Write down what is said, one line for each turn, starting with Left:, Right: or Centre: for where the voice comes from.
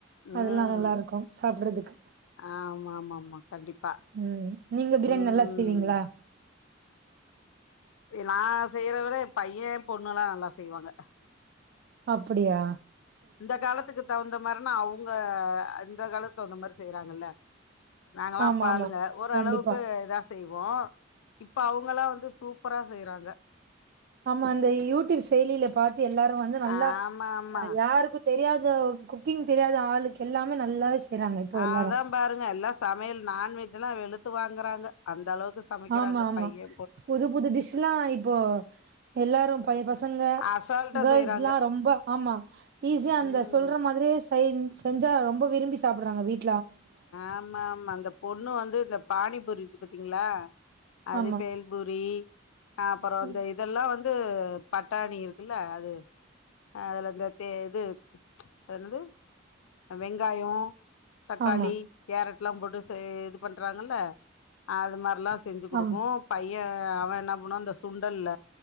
Right: அதெல்லா
Left: ம்
Right: நல்லா இருக்கும் சாப்பிடுறதுக்கு
Left: ஆமா ஆமா ஆமா கண்டிப்பா
Right: ம் நீங்க பிரியாணி
Left: ம்
Right: நல்லா செய்வீங்களா
Left: நா செய்யற விட ஏ பையே பொண்ணுல்லா நல்லா செய்வாங்க
Right: அப்படியா
Left: இந்த காலத்துக்கு தகுந்த மாரினா அவங்க இந்த காலத்து தகுந்த மாரி செய்யறாங்கல்ல நாங்களா
Right: ஆமா
Left: அப்பாளுங்க
Right: ஆமா
Left: ஓரளவுக்கு
Right: கண்டிப்பா
Left: ஏதா செய்வோ இப்ப அவங்களா வந்து சூப்பரா செய்யறாங்க
Right: ஆமா அந்த யூடியூப் செயலில பாத்து எல்லாரு வந்து நல்லா
Left: ஆமா ஆமா
Right: யாருக்கும் தெரியாத குக்கிங் தெரியாத ஆளுக்கு எல்லாமே நல்லாவே செய்றாங்க இப்போ
Left: ஆ
Right: எல்லாரு
Left: அதா பாருங்க எல்லா சமையல் நான் வெஜ்ல்லா வெளுத்து வாங்குறாங்க அந்த அளவுக்கு சமைக்கிறாங்க
Right: ஆமா ஆமா
Left: பையே
Right: புது புது டிஷ்ல்லாம் இப்போ எல்லாரு பை பசங்க
Left: அசால்ட்டா
Right: கேர்ள்ஸ்ல்லா
Left: செய்றாங்க
Right: ரொம்ப ஆமா ஈஸியா அந்த
Left: ம்
Right: சொல்ற மாதிரியே செய் செஞ்சா ரொம்ப விரும்பி சாப்பிட்றாங்க வீட்
Left: ஆமா ஆமா இந்த பொண்ணு வந்து இந்த பானிபூரி இருக்கு பாத்தீங்களா அது
Right: ஆமா
Left: பேல் புரி அப்பறோ
Right: ம்.
Left: அந்த இதெல்லா வந்து பட்டாணி இருக்குல்ல அது அதுல அ இந்த தே இது அது என்னது வெங்காயோ தக்காளி
Right: ஆமா
Left: கேரட்லா போட்டு இது பண்றாங்கல்ல அது மாரிலா செஞ்சு குடுக்கும்
Right: ஆமா
Left: பைய அவ என்னா பண்ணுவா இந்த சுண்டல்ல